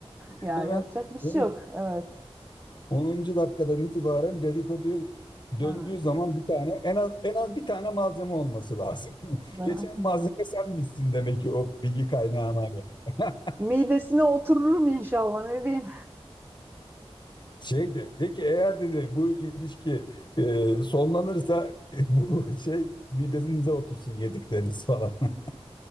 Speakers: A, on the right; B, on the left.
A: Ya
B: Hemen
A: yapacak bir şey
B: onun
A: yok. Evet,
B: onuncu dakikadan itibaren dedikoduya döndüğü
A: evet.
B: zaman bir tane en az en az bir tane malzeme olması lazım. <laughs>
A: Zaten.
B: Geçen malzeme sen misin demek ki o bilgi kaynağına göre. <laughs>
A: Midesine otururum inşallah ne diyeyim.
B: Şey de de ki eğer dedi bu ilişki e, sonlanırsa <laughs> e, bu şey midenize otursun yedikleriniz falan. <laughs>